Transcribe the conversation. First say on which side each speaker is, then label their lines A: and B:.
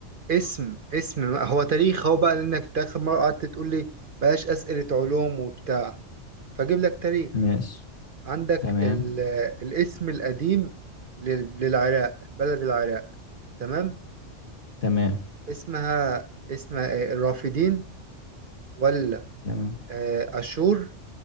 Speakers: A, on the right; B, on the left.
A: اسم اسم هو تاريخ هو بقى لأنك إنت آخر مرة قعدت تقول لي بلاش أسئلة علوم وبتاع فأجيب لك تاريخ
B: ماشي
A: عندك
B: تمام
A: ال... آه، الاسم القديم لل... للعراق بلد العراق تمام؟
B: تمام
A: اسمها اسمها إيه؟ الرافدين ولا
B: تمام
A: آه، أشور